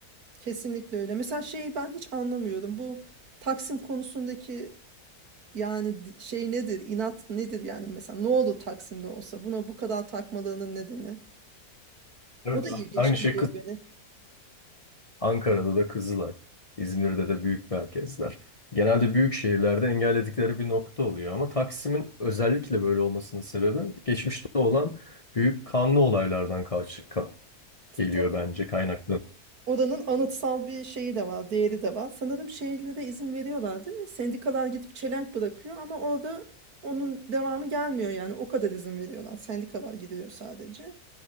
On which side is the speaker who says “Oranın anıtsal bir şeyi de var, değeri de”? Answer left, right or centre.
Right